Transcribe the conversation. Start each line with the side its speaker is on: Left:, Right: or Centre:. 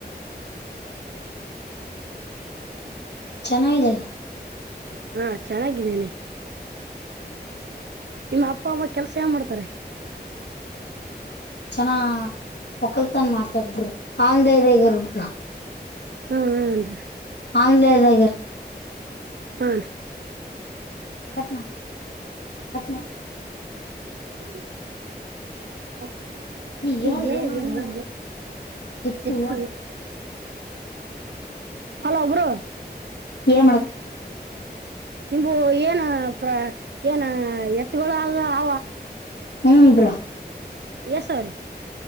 Left: ಚೆನ್ನಾಗಿದೆಲ್ಲ
Right: ಹಾ ಚೆನ್ನಾಗಿದ್ದೇನೆ ನಿಮ್ಮ ಅಪ್ಪ ಅಮ್ಮ ಕೆಲ್ಸ ಏ ಮಾಡ್ತಾರೆ
Left: ಚನ್ನ ಒಕಲ್ತನ್ ಮಾಡ್ತ ಬ್ರೋ <unintelligible>
Right: ಹ್ಮ ಹನ್ರಿ
Left: ಆನ್ಲದಗರ್
Right: ಹಾ
Left: ಕಟ್ನಾ ಕಟ್ನಾ <inaudible>
Right: ಹ <inaudible>
Left: ನೀ ಹೇಳು
Right: ಇ
Left: ಏನೋ ಹೇಳು
Right: ಮಾಡ
Left: ಸಿಕ್ಕು
Right: ಇ <inaudible>
Left: ಹೇಳು
Right: ಹಲೋ ಬ್ರೋ
Left: ಏ ಮಾಡಕ್
Right: ನಿಂಬು ಏನ ಪ್ರ ಏನ ಎತ್ಗಳು ಆ
Left: ಹ್ಮಾ ಬ್ರೋ
Right: ಎಸ್ ಸರ್